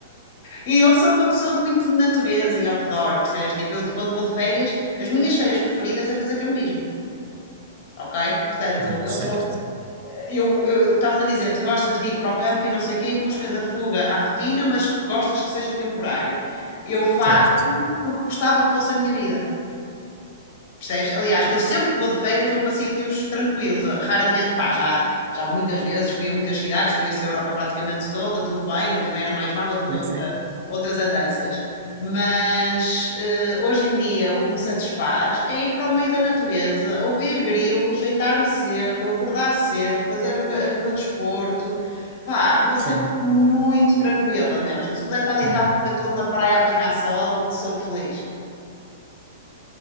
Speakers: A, on the left; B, on the right.
A: E eu sou uma pessoa de muito de natureza e outdoor, percebes? Tipo, eu quando vou de férias, as minhas férias preferidas é fazer campismo. Ok? Portanto,
B: pronto,
A: eu
B: certo,
A: sou. Eu eu- estavas a dizer, tu gostas de ir para o campo e não sei quem em busca da fuga à rotina, mas gostas que seja temporário. Eu faço
B: certo.
A: porque gostava que fosse a minha vida. Percebes? Aliás, eu sempre que vou de férias vou para sítios tranquilos. Raramente, pá, já, já muitas vezes fui a muitas cidades, conheço a Europa praticamente toda, tudo bem, e também era mais nova, tinha
B: Sim,
A: outra,
B: sim,
A: outras andanças. Mas eh, hoje em dia o que me satisfaz é ir para o meio da natureza, ouvir grilos, deitar-me cedo, acordar cedo, fazer o meu, o meu desporto. Pá, uma cena
B: sim,
A: muito tranquila mesmo. Se puder estar deitado
B: sim.
A: o dia todo na praia a apanhar sol, sou feliz.